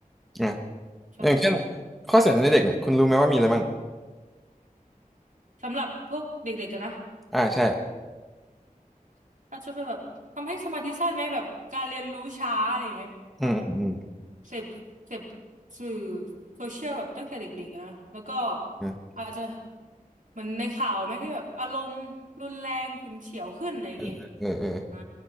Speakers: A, in the centre; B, on the right (about 65°).
A: อ่ะ
B: ใช่ใช่
A: อย่างเช่นข้อเสียในเด็กเนี่ยคุณรู้ไหมว่ามีอะไรบ้าง
B: สำหรับพวกเด็กๆกันนะ
A: อ่า ใช่
B: อาจจะเป็นแบบทำให้สมาธิสั้นไหมแบบการเรียนรู้ช้าอะไรอย่างเงี้ยแบบ
A: อืมอืม
B: เสพเสพสื่อโซเชียลแบบตั้งแต่เด็กๆอะนะแล้วก็
A: อืม
B: อาจจะเหมือนในข่าวไหมที่แบบอารมณ์รุนแรงฉุนเฉียวขึ้นอะไรอย่างเงี้ย
A: อืมเออเออเออ
B: อ่า